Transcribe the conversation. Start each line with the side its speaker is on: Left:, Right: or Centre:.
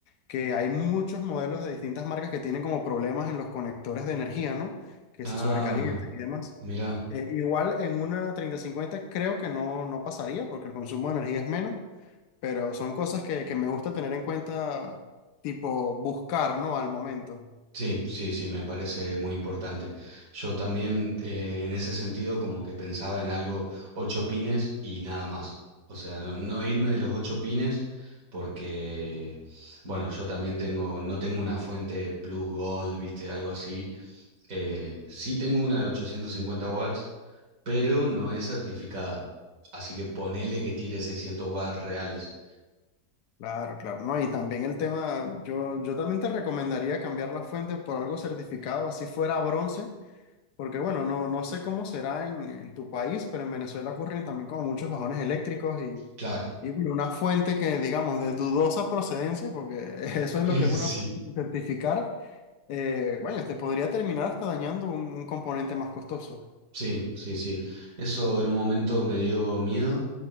Left: que hay muchos modelos de distintas marcas que tienen como problemas en los conectores de energía, ¿no? Que
Right: Ah,
Left: se sobrecalientan y demás.
Right: mira,
Left: Eh, igual en una treinta cincuenta creo que no, no pasaría porque el consumo de energía es menos. Pero son cosas que, que me gusta tener en cuenta, tipo buscar, ¿no? Al momento.
Right: sí, sí, sí, me parece muy importante. Yo también eh, en ese sentido como que pensaba en algo ocho pines y nada más. O sea, no, no irme de los ocho pines porque, bueno, yo también tengo, no tengo una fuente plus gold, viste, algo así. Eh, sí tengo una de 850 watts, pero no es certificada. Así que ponele que tire 600 watts reales.
Left: Claro, claro, ¿no? Y también el tema, yo, yo también te recomendaría cambiar la fuente por algo certificado, así fuera bronce, porque bueno, no, no sé cómo será en, en tu país, pero en Venezuela ocurren también como muchos bajones eléctricos y,
Right: Claro,
Left: y bueno, una fuente que digamos de dudosa procedencia, porque <laughs> eso es
Right: <laughs>
Left: lo que es una
Right: sí.
Left: fuente sin certificar, eh, bueno, te podría terminar hasta dañando un un componente más costoso.
Right: Sí, sí, sí. Eso en un momento me dio miedo.